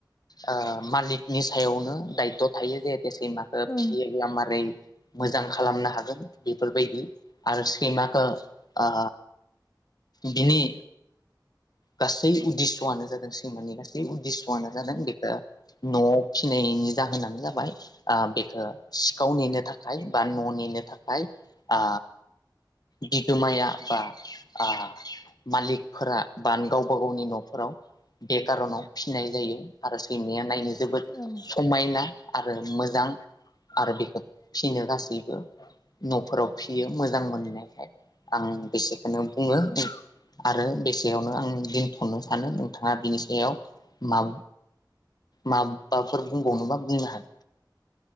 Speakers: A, on the left; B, on the left.
A: ओ मालिकनि सायावनो दायथ' थायो जे सैमाखो
B: ओं
A: फियोब्ला मारै मोजां खालामनो हागोन बेफोरबादि आरो सैमखो ओ बिनि गासै उददिस'आनो जादों सैमानि गासै उदिस'आनो जादों बेखौ न'आव फिनायनि जा होनानोजाबाय आ बेखौ सिखाव नेनो थाखाय बा न' नेनो थाखाय आ बिगोमाया बा आ मालिकफोरा बान गावबा गावनि न'फोराव बे खार'नाव फि फिनाय जायो आरो सैमाया नायनो जोबोद
B: औ
A: समायना आरो मोजां आरो बेखौ फिनो गासैबो न'फोराव फियो मोजां मोननायखाय आं बेसे खोनोबुंङो उम।
B: औ
A: आरो बेसे यावनो आं दिनथ'नो सानो नोंथाङा बिनि सायाव मा माबाफोर बुंबावनोबा बुंनो हागोन।